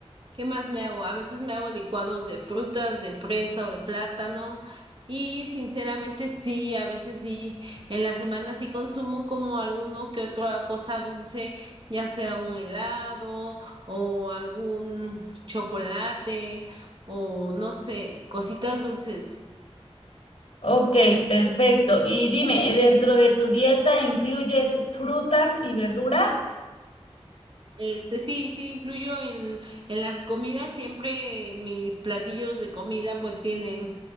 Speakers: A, on the right; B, on the left.
A: ¿Qué más me hago? A veces me hago licuados de frutas, de fresa o de plátano. Y sinceramente sí, a veces sí, en la semana sí consumo como alguno que otra cosa dulce, ya sea un helado o algún chocolate o no sé, cositas dulces.
B: Ok, perfecto. Y dime, ¿eh, ¿dentro de tu dieta incluyes frutas y verduras?
A: Este, sí, sí, incluyo en, en las comidas, siempre mis platillos de comida pues tienen